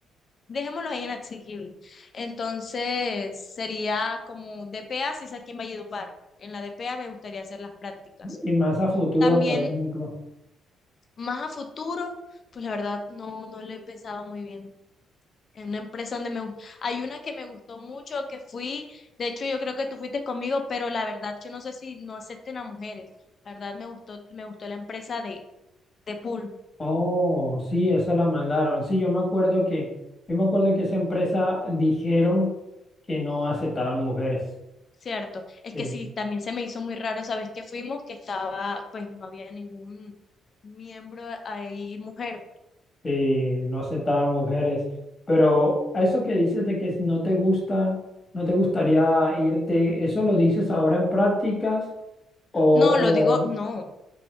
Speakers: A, on the left; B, on the left.
A: dejémoslo ahí en asequible. Entonces, sería como DPA, si es aquí en Valledupar. En la DPA me gustaría hacer las prácticas.
B: Y más a futuro,
A: También,
B: por ejemplo.
A: más a futuro, pues la verdad no, no lo he pensado muy bien. En una empresa donde me... gust- Hay una que me gustó mucho, que fui, de hecho yo creo que tú fuiste conmigo, pero la verdad yo no sé si no acepten a mujeres. La verdad me gustó, me gustó la empresa de, de pool.
B: Oh, sí, esa la mandaron. Sí, yo me acuerdo que, yo me acuerdo que esa empresa dijeron que no aceptaban mujeres.
A: Cierto, es
B: Sí,
A: que sí, también se me hizo muy raro, esa vez Que fuimos, que estaba, pues no había ningún miembro ahí mujer.
B: sí, no aceptaban mujeres. Pero a eso que dices de que no te gusta, no te gustaría irte, ¿eso lo dices ahora en prácticas? O,
A: No, lo digo, no.